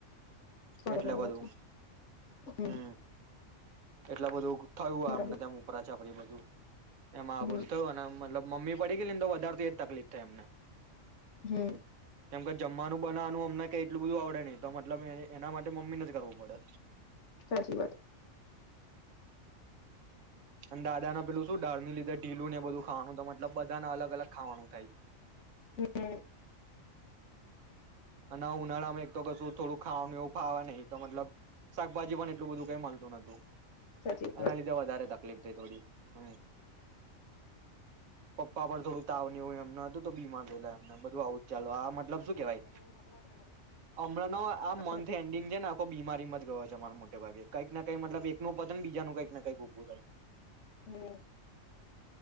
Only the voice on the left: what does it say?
સો ટકાની
વાત છે હમ
બરાબર
હમ
હમ્મ.
સાચી વાત.
હમ્મ.
સાચી
વાત
બધા
હમ્મ.